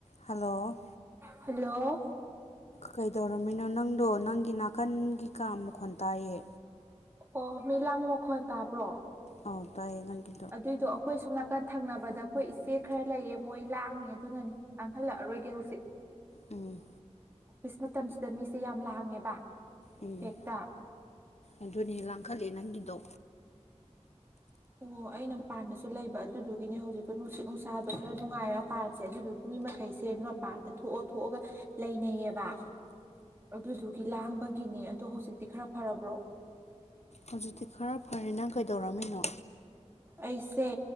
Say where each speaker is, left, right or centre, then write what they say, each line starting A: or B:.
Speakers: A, on the left; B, on the right.
A: Hello
B: hello
A: ꯀꯩꯗꯧꯔꯝꯃꯤꯅꯣ ꯅꯪꯗꯣ ꯅꯪꯒꯤ ꯅꯥꯀꯟꯒꯤ ꯀꯥ ꯃꯈꯣꯟ ꯇꯥꯏꯌꯦ
B: ꯑꯣ ꯃꯤ ꯂꯥꯡꯕ ꯃꯈꯣꯟ ꯇꯥꯕ꯭ꯔꯣ
A: ꯑꯧ ꯇꯥꯏꯌꯦ ꯅꯪꯒꯤ
B: ꯑꯗꯨꯏꯗꯣ ꯑꯩꯈꯣꯏ ꯁꯣꯝ ꯅꯥꯀꯟ ꯊꯪꯅꯕꯗ ꯑꯩꯈꯣꯏ ꯏꯆꯦ ꯈꯔ ꯂꯩꯌꯦ ꯃꯣꯏ ꯂꯥꯡꯉꯤ ꯑꯗꯨꯅꯅꯤ ꯂꯥꯡꯍꯜꯂꯛꯑꯔꯣꯏꯒꯦ ꯍꯧꯖꯤꯛ
A: ꯎꯝ
B: ꯑꯣꯐꯤꯁ ꯃꯇꯝꯁꯤꯗ ꯃꯤꯁꯦ ꯌꯥꯝ ꯂꯥꯡꯉꯦꯕ
A: ꯎꯝ
B: ꯍꯦꯛꯇ
A: ꯑꯗꯨꯅꯦ ꯂꯥꯡꯈꯠꯂꯦ ꯅꯪꯒꯤꯗꯣ
B: ꯑꯣ ꯑꯩꯅ ꯄꯥꯟꯗꯁꯨ ꯂꯩꯕ ꯑꯗꯨꯗꯨꯒꯤꯅꯦ ꯍꯧꯖꯤꯛꯇꯣ ꯅꯨꯡꯁꯤꯠ ꯅꯨꯡꯁꯥꯗꯣ ꯈꯔ ꯅꯨꯡꯉꯥꯏꯔ ꯄꯥꯟꯁꯦ ꯑꯗꯨꯗꯨꯒꯤ ꯃꯤ ꯃꯈꯩꯁꯦ ꯃꯄꯥꯟꯗ ꯊꯣꯛꯑ ꯊꯣꯛꯑꯒ ꯂꯩꯅꯩꯌꯦꯕꯥ ꯑꯗꯨꯗꯨꯒꯤ ꯂꯥꯡꯕꯒꯤꯅꯦ ꯑꯗꯣ ꯍꯧꯖꯤꯛꯇꯤ ꯈꯔ ꯐꯔꯕ꯭ꯔꯣ
A: ꯍꯧꯖꯤꯛꯇꯤ ꯈꯔ ꯐꯔꯦ ꯅꯪ ꯀꯩꯗꯧꯔꯝꯃꯤꯅꯣ
B: ꯑꯩꯁꯦ